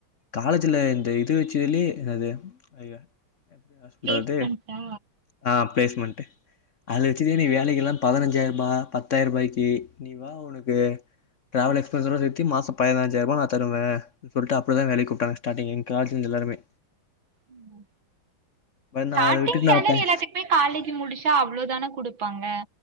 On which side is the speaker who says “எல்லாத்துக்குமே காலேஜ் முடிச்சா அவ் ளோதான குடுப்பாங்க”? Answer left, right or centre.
Right